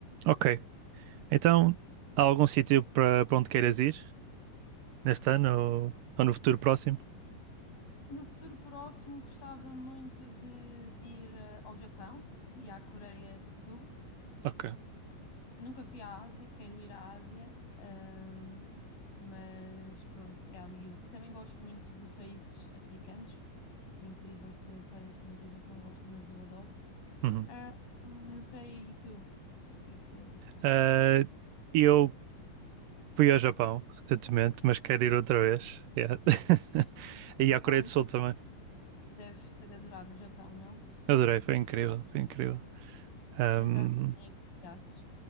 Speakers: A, on the right (about 75°); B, on the left (about 80°).
A: Ok. Então, há algum sítio para para onde queiras ir neste ano ou, ou no futuro próximo?
B: No futuro próximo, gostava muito de, de ir eh, ao Japão e à Coreia do Sul.
A: Ok.
B: Nunca fui à Ásia, quero ir à Ásia, ahm, mas pronto, é ali. o- Também gosto muito de países africanos, por incrível que pareça, muita gente não gosta, mas eu adoro.
A: Uhum.
B: Ah, não sei, e tu? O que é que.
A: Ah, eu fui ao Japão recentemente, mas quero ir outra vez. Yeah. <laughs> E
B: Então,
A: à Coreia do Sul também.
B: deves ter adorado o Japão, não?
A: Adorei, foi incrível, foi incrível. Ahm,
B: Andaste em que cidades?